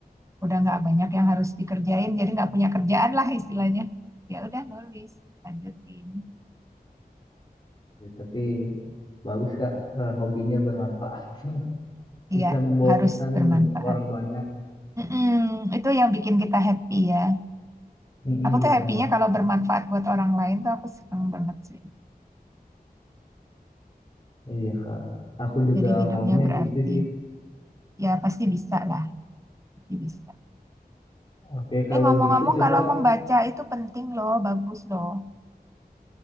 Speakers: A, on the right; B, on the left.
A: udah nggak banyak yang harus dikerjain, jadi nggak punya kerjaan lah istilahnya. Ya udah nulis, lanjutin.
B: Ya, tapi bagus Kak, eh, hobinya bermanfaat. <laughs> Bisa
A: Iya,
B: membawa
A: harus
B: pesan
A: bermanfaat.
B: untuk orang banyak.
A: Mm-mm, itu yang bikin kita happy ya.
B: Mm-mm,
A: Aku tuh
B: benar.
A: happy-nya kalau bermanfaat buat orang lain tuh aku seneng banget sih.
B: Iya Kak. Aku juga
A: Jadi hidupnya
B: maunya
A: berarti.
B: gitu sih.
A: Ya pasti bisa lah, pasti bisa.
B: Oke, kalau
A: Eh ngomong-ngomong
B: gitu coba
A: kalau membaca itu penting loh, bagus loh.